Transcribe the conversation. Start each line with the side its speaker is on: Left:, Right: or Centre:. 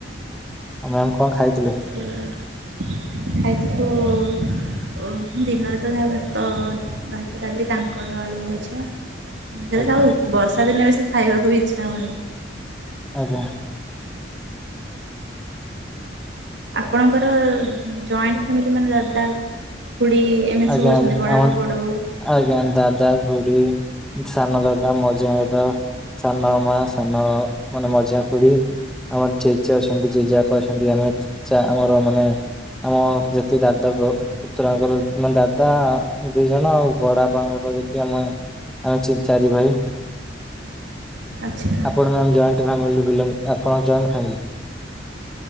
Centre: ଆଉ ମ୍ୟାାମ କଣ ଖାଇଥିଲେ।
Right: ସେ ଖାଇଥିଲୁ ଓ ଦିନରେ ତ ଯାହା ଭାତ ଭାତ ଡାଲି କାଙ୍କଡ଼ ଭଜା। ମୁ କହିଲି
Centre: ଆଜ୍ଞା
Right: ଆଉ ବର୍ଷା ଦିନେ ବେଶୀ ଖାଇବାକୁ ବି ଇଚ୍ଛା ହେଉନି।
Centre: ଆଜ୍ଞା।
Right: ହଁ ଆପଣଙ୍କର ଜଏଣ୍ଟ ଫ୍ୟାମିଲି ମାନେ ଦାଦା ଖୁଡ଼ି କେମିତି
Centre: ଆଜ୍ଞା
Right: ସବୁ ଅଛନ୍ତି ବଡ
Centre: ଆମ
Right: ବାବା ବଡ ବୋଉ।
Centre: ଆଜ୍ଞା ଦାଦା ଘୁଡି ସାନ ଦାଦା ମଝିଆ ଦାଦା ସାନ ମା ସାନ ମାନେ ମଝିଆ ଖୁଡ଼ି ଆମର ଜେଜେ ଅଛନ୍ତି ଜେଜେ ବାପା ଅଛନ୍ତି ଆମେ ଚା ଆମର ମାନେ ଆମ ଯେତେ ଦାଦା ପୁ ପୁତୁରା ଙ୍କର ଆମ ଦାଦା ଦି ଜଣ ଆଉ ବଡ ବାପାଙ୍କ ଯ ଦି ଆମେ ଆ ଚିଁ ଚାରି ଭାଇ
Right: ଆଚ୍ଛା।
Centre: ଆପଣ ମାମ୍ ଜଏଣ୍ଟ ଫ୍ୟାମିଲି ବିଲଙ୍ଗ ଆପଣ ଜଏଣ୍ଟ ଫ୍ୟାମିଲି